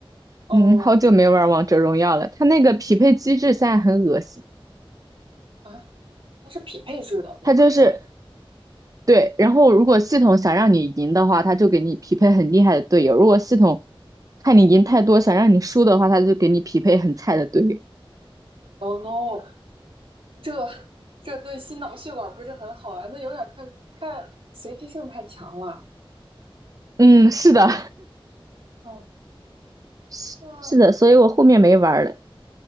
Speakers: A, on the right; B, on the right.
A: 哦
B: 嗯，好久没玩王者荣耀了。它那个匹配机制现在很恶心，
A: 啊，它是匹配制的，对吧
B: 它就是对，然后如果系统想让你赢的话，它就给你匹配很厉害的队友；如果系统看你赢太多，想让你输的话，它就给你匹配很菜的队友。
A: ？Oh no，<laughs> 这这对心脑血管不是很好啊，那有点太太随机性太强了。
B: 嗯，是的，
A: 哦，
B: <laughs> 是是的，
A: 那
B: 所以我后面没玩儿了。